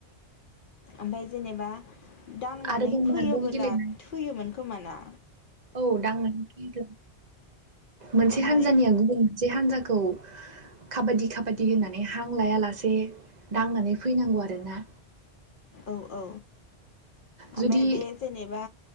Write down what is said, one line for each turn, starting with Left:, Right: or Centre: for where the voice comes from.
Left: ओमफ्राय जेनेबा दांनानै
Right: आरोबाव
Left: फोयोबोला
Right: मार्बल गेलेनाय
Left: थैयोमोन खोमाना?
Right: औ दांनानै फैदों। मोनसे
Left: ओमफ्राय
Right: हानजानिया गुबुन मोनसे हानजा खौ खाबादि - खाबादि होननानै हां लायालासे दांनानै फैनांगौ आरोना।
Left: औ-औ।
Right: जुदि
Left: ओमफाय बे जेनेबा